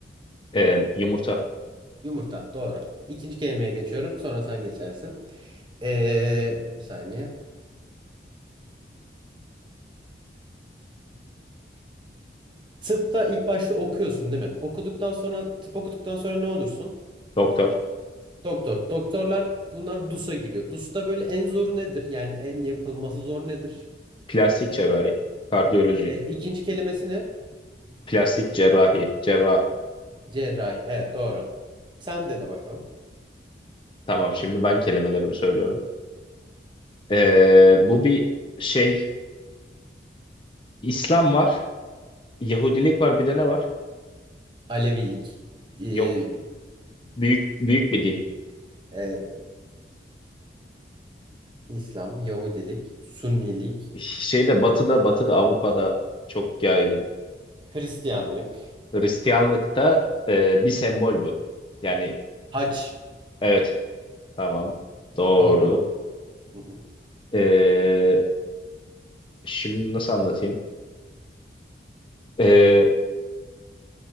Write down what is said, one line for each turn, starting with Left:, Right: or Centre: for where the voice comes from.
Left: E, yumurta.
Right: Yumurta. Doğru. İkinci kelimeye geçiyorum. Sonra sen geçersin. Ee, bir saniye. Tıpta ilk başta okuyorsun değil mi? Okuduktan sonra tıp okuduktan sonra ne olursun?
Left: Doktor.
Right: Doktor. Doktorlar bunlar DUS'a giriyor. DUS'ta böyle en zoru nedir? Yani en yapılması zor nedir?
Left: Plastik cerrahi. Kardiyoloji.
Right: Ee, ikinci kelimesi ne?
Left: Plastik cerrahi. Cerrahlık.
Right: Cerrahi. Evet doğru. Sen dene bakalım.
Left: Tamam şimdi ben kelimelerimi söylüyorum. E, bu bir şey İslam var, Yahudilik var, bir de ne var?
Right: Alevilik. Ee,
Left: Yok, büyük büyük bir din.
Right: e, İslam, Yahudilik, Sünnilik,
Left: Şeyde Batı'da, Batı'da Avrupa'da çok yaygın.
Right: Hristiyanlık,
Left: Hristiyanlıkta e, bir sembol bu. Yani
Right: haç,
Left: evet, tamam, doğru.
Right: doğru mu? Hı hı.
Left: E, şimdi nasıl anlatayım? E,